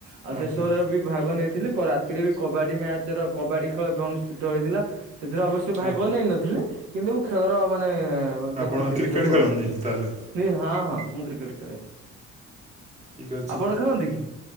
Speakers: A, on the right; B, on the right.
A: ଆଉ ସେସବୁରେ
B: ଆଜ୍ଞା।
A: ବି ଭାଗ ନେଇଥିଲି କ ରାତିରେ ବି କବାଡି ମ୍ୟାଚର କବାଡି ଖେଳ ଅନୁଷ୍ଠିତ ହେଇଥିଲା, ସେଥିରେ ଅବସ୍ ଭାଗ
B: ଆଜ୍ଞା
A: ନେଇନଥିଲି, କିନ୍ତୁ ମୁଁ ଖେଳର ମାନେ ଦେଖୁଥିଲି
B: ଆପଣ କ୍ରିକେଟ୍
A: ସବୁ
B: ଖେଳନ୍ତି
A: ଆଉ।
B: ତାହେଲେ
A: <unintelligible> ହଁ-ହଁ ମୁଁ କ୍ରିକେଟ୍ ଖେଳେ।
B: ଠିକ୍ ଅଛି।
A: ଆପଣ ଖେଳନ୍ତି କି?